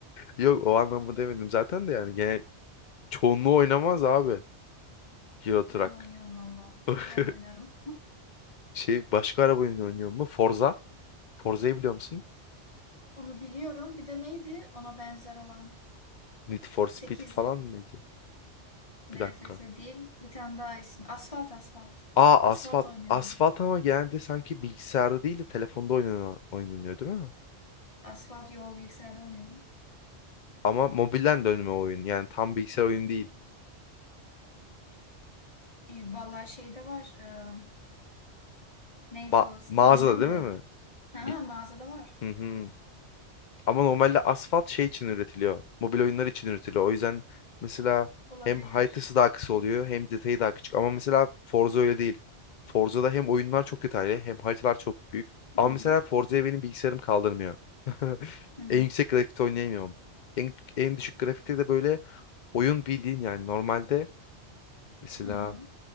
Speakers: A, on the left (about 55°); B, on the left (about 30°).
A: Yok o anlamı demedim zaten de yani genel çoğunluğu oynamaz abi Euro Truck.
B: Ben oynuyorum valla.
A: <laughs>
B: Ben oynarım.
A: Şey başka araba oyunu oynuyor mu? Forza. Forza'yı biliyor musun?
B: Onu biliyorum. Bir de neydi ona benzer olan?
A: Need for Speed
B: Sekizli
A: falan mıydı?
B: N
A: Bir dakika.
B: F S değil. Bir tane daha ismi. Asfalt asfalt.
A: Aa
B: Asfalt
A: asfalt.
B: oynuyordum.
A: Asfalt ama genelde sanki bilgisayarda değil de telefonda oynanıyor, oynanıyor değil mi?
B: Asfalt yo bilgisayarda oynuyordum.
A: Ama mobilden dönme oyun. Yani tam bilgisayar oyunu değil.
B: İyi, Vallahi şeyde var. e, neydi
A: Ma
B: o? Steam'de
A: mağazada
B: mi?
A: değil mi? mi?
B: Ha,
A: Bir
B: mağazada var.
A: Hı hı. Ama normalde asfalt şey için üretiliyor. Mobil oyunlar için üretiliyor. O yüzden mesela
B: Olabilir.
A: hem haritası daha kısa oluyor hem detayı daha küçük. Ama mesela Forza öyle değil. Forza'da hem oyunlar çok detaylı hem haritalar çok büyük.
B: Hı
A: Ama
B: hı.
A: mesela Forza'ya benim bilgisayarım kaldırmıyor. <laughs>
B: Hı
A: En yüksek grafikte oynayamıyorum. En, en düşük grafikte de böyle oyun bildiğin yani normalde mesela
B: hı.